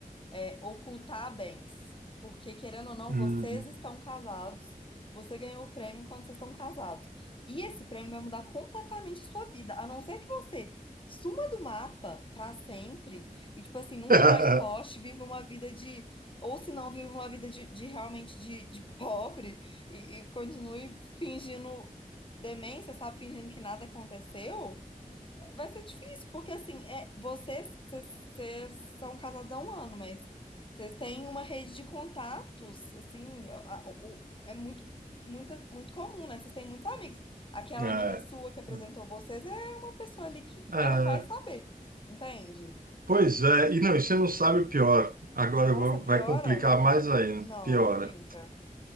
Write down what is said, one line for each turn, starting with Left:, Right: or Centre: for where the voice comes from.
Left: é, ocultar bens. Porque, querendo ou não,
Right: hum.
Left: vocês estão casados, você ganhou o prêmio enquanto vocês estão casados. E esse prêmio vai mudar completamente a sua vida, a não ser que você suma do mapa pra sempre e, tipo assim, nunca
Right: <laughs>
Left: mais poste, viva uma vida de. Ou se não, viva uma vida de, de realmente de, de pobre e e continue fingindo demência, sabe? Fingindo que nada aconteceu. Vai ser difícil, porque assim, é, vocês, vocês, vocês são casados há um ano, mas vocês têm uma rede de contatos, assim, a- o- é muito, muito, muito comum, né? Vocês têm muitos amigos. Aquela
Right: Ah,
Left: amiga sua que apresentou
Right: ah,
Left: vocês é uma pessoa ali que
Right: ah.
Left: ela vai saber, entende?
Right: <laughs> pois é, e não, e você não sabe o pior. Agora
Left: Nossa,
Right: eu vou-
Left: piora?
Right: vai complicar mais ainda,
Left: Não,
Right: piora.
Left: não brinca.